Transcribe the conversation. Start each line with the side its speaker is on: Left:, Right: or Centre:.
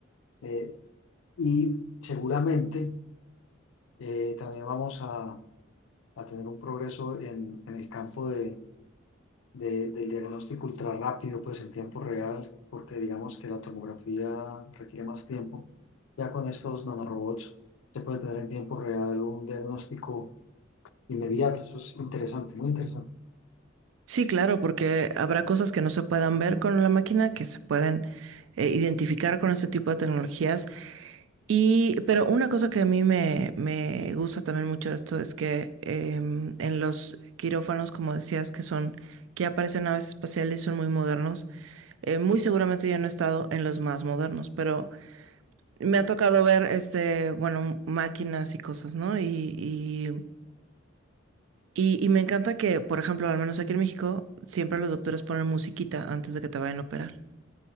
Left: eh, y seguramente eh, también vamos a a tener un progreso en, en el campo de, de- del diagnóstico ultra rápido, pues en tiempo real, porque digamos que la tomografía requiere más tiempo. Ya con estos nanorobots se puede tener en tiempo real un diagnóstico inmediato. Eso es interesante, muy interesante.
Right: Sí, claro, porque habrá cosas que no se puedan ver con la máquina, que se pueden eh, identificar con este tipo de tecnologías Y, pero una cosa que a mí me, me gusta también mucho de esto es que em, en los quirófanos, como decías, que son, que aparecen naves espaciales y son muy modernos, eh, muy seguramente yo no he estado en los más modernos, pero me ha tocado ver, este, bueno, máquinas y cosas, ¿no? Y, y, y, y me encanta que, por ejemplo, al menos aquí en México, siempre los doctores ponen musiquita antes de que te vayan a operar.